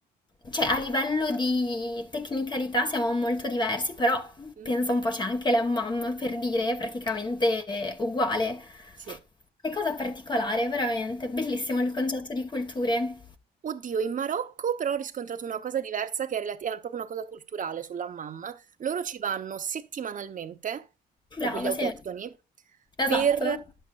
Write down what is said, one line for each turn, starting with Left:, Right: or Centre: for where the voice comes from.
Left: cioè a livello di tecnicalità siamo molto diversi, però
Right: Mm,
Left: penso un po' c'è anche l'hammam per dire è praticamente uguale.
Right: Sì.
Left: Che cosa particolare, veramente, bellissimo il concetto di culture.
Right: Oddio, in Marocco però ho riscontrato una cosa diversa che è, relati- è proprio una cosa culturale sull'hammam. Loro ci vanno settimanalmente, proprio
Left: Brava,
Right: gli autoctoni,
Left: sì,
Right: per,
Left: esatto.